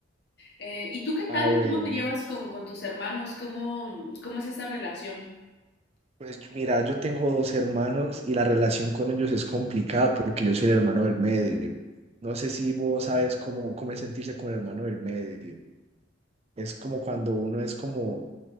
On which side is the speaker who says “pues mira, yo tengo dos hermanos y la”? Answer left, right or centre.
Right